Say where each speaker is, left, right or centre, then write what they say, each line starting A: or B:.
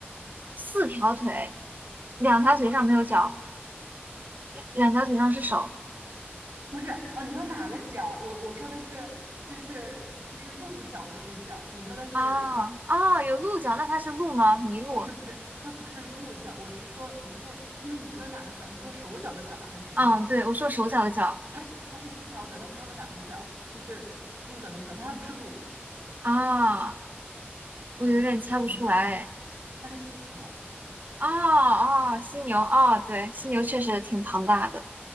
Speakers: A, on the right (about 45°); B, on the right (about 70°).
A: 四条腿，两条腿上没有脚，两两条腿上是手。
B: 不是哦，你说哪个脚？我我说的是就是就是鹿角的那个角，你说的是
A: 哦哦，有鹿角，那它是鹿吗？麋鹿。
B: 不是不是？它不是鹿角，我是说我是说，因为你说的哪个角？你说手脚的脚还是什么脚？
A: 嗯，对，我说手脚的脚。
B: 它只它是四条腿，但是它有两个脚，就是鹿角那个角，但它不是鹿，
A: 啊、我有点猜不出来哎。
B: 它是犀牛。
A: 哦哦，犀牛，哦，对，犀牛确实挺庞大的。
B: 嗯